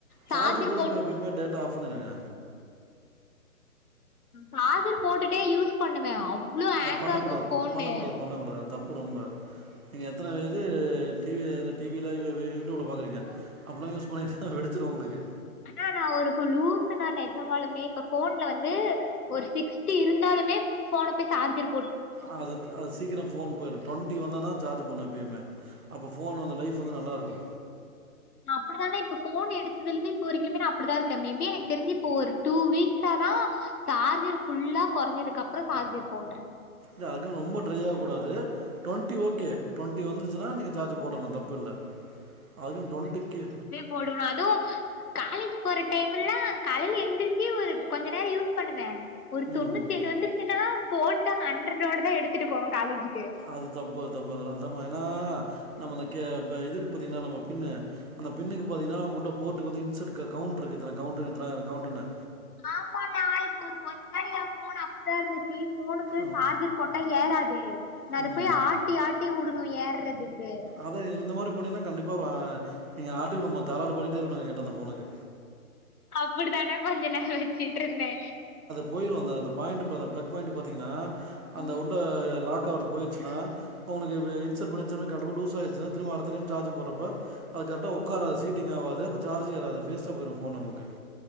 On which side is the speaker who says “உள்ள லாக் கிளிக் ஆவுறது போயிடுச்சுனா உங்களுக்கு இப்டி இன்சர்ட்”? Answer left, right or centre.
Right